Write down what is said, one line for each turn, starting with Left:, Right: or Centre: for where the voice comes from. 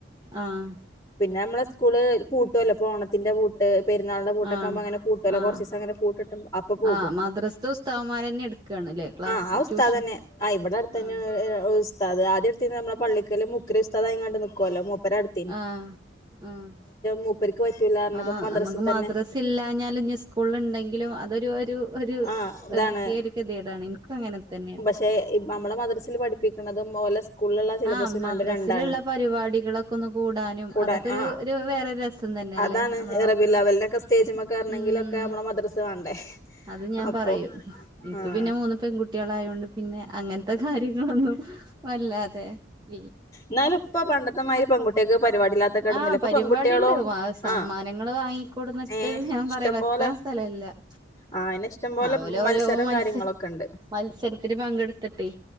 Right: ആഹ്
Left: പിന്നെ നമ്മളെ സ്കൂള് പൂട്ടുവല്ലോ ഇപ്പോ ഓണത്തിന്റെ പൂട്ട എ പെരുന്നാളുടെ പൂട്ടൊക്കെകുമ്പോ
Right: ആഹ്
Left: അങ്ങനെ പൂട്ടല്ലോ
Right: ആഹ്
Left: കുറച്ചി സം അങ്ങനെ പൂടൊല്ലൊ അപ്പൊ പോകും
Right: ആഹ് മദ്രസ്ത്തെ ഉസ്താദ്മാരന്നെ എടുക്കാണ്ല്ലേ ക്ലാസ്
Left: ആഹ് ആ ഉസ്താദ്
Right: ട്യൂഷൻ
Left: തന്നെ ആ ഇവിടെ അടുത്ത തന്നെ
Right: ആഹ്
Left: ത ആദ്യടു നമ്മുടെ പള്ളിക്കല് മുക്രി റി ഉസ്ത അങ്ങാണ്ട് നക്കുവല്ലോ മുക്കരടുത്ത്
Right: ആഹ് ആഹ്
Left: മൂപ്പർക്ക് പറ്റൂല പറഞ്ഞപ്പോ
Right: ആഹ്
Left: മദ്രസ
Right: നമുക്ക്
Left: തന്നെ
Right: മദ്രസിഇല്ലാ ഞാല് സ്കൂള്ണ്ടങ്കിലും അതൊരു ഒരു ഒരു
Left: ആഹ് ഇതാണ്
Right: എന്തൊക്കെരു കത്യേടാണ് ൻക്കും അങ്ങനെതന്നെ
Left: <unintelligible> അമ്മളെ മദ്രസിയിൽ പഠിപ്പിക്കുന്നതും <unintelligible> സിലബസും
Right: ആ മദ്രസിലുള്ള
Left: രണ്ടും രണ്ടാണ്
Right: പരിപാടികളൊക്കെ ഒന്ന് കൂടാനും
Left: കൂടാൻ
Right: അതൊക്കെ ഒരു
Left: ആഹ്
Right: ഒരു വേറെ <unintelligible>
Left: അതാണ്
Right: നമ്മളെ
Left: <unintelligible>
Right: മക്കള്
Left: സ്റ്റേജ്മെ കേറണെങ്കിലൊക്കെ
Right: ഉം
Left: നമ്മടെ മദ്രസ് വേണ്ടേ
Right: അത് ഞാൻ
Left: അപ്പൊ
Right: പറയും എനിക്ക്
Left: ആഹ്
Right: പിന്നെ മൂന്ന് പെൺകുട്ടികളയോണ്ട് പിന്നെ <unintelligible> <unintelligible> കാര്യങ്ങളൊന്നും വല്ലാതെ <unintelligible>
Left: ന്നാലും പ്പോ പണ്ടത്തെമാതിരി പെൺകുട്ടികക്ക് <unintelligible>
Right: ആഹ്
Left: <unintelligible> ഇപ്പൊ
Right: പരിപാടിണ്ട്
Left: പെൺകുട്ടികളും
Right: സമ്മാനങ്ങള്
Left: ആ
Right: വാങ്ങിക്കൊടുന്നിട്ട്
Left: ഏ
Right: ഞാൻ
Left: ഇഷ്ടം
Right: പറയാ വെക്കാൻ
Left: പോലെ
Right: സ്ഥലല്ല
Left: ആ ഇഷ്ടം പോലെ
Right: ഓല്
Left: മത്സരവും
Right: ഓരോ മത്സ
Left: കാര്യങ്ങളൊക്കെ ഉണ്ട്
Right: മത്സരത്തിന് പങ്കെടുത്തിട്ടെ